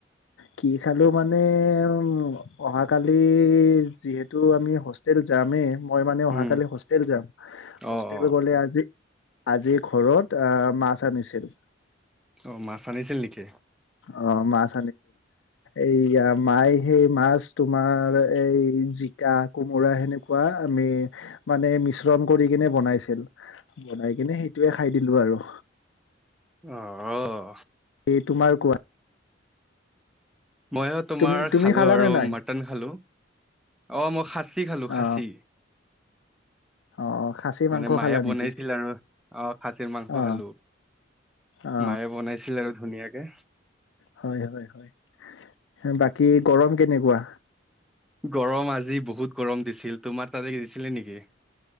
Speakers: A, on the left; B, in the centre.
A: কি খালো মানে উ অহাকালি যিহেতু আমি হোষ্টেল যামেই মই মানে অহা
B: উম
A: কালি হোষ্টেল যাম হোষ্টেল
B: অ অ
A: গলে আজি আজি ঘৰত আহ মাছ আনিছিল
B: অ মাছ আনিছিল নেকি?
A: অ মাছ এইয়া ম সেই মাছ তোমাৰ এই জিকা কোমোৰা সেনেকোৱা আমি মানে মিশ্ৰণ কৰি কিনে বনাইছিল বনাই কিনে সেইটোয়ে খাই দিলো আৰু
B: অ অ
A: এই তোমাৰ কোৱা
B: মইয়ো তোমাৰ
A: তুমি তুমি
B: খালো
A: খালানে
B: আৰু
A: নাই
B: মাটন খালো অহ, মই খাচী খালো খাচী।
A: অ অ খাচী মাংস
B: মানে মায়ে
A: খালা
B: বনাইছিল
A: নেকি
B: আৰু অহ খাচী মাংস
A: অ
B: খালো।
A: অ
B: মায়ে বনাইছিল আৰু ধুনীয়াকে।
A: হয়', - হয়', -হয়', বাকী গৰম কেনেকুৱা?
B: গৰম আজি বহুত গৰম দিছিল তোমাৰ তাতে দিছিলে নেকি?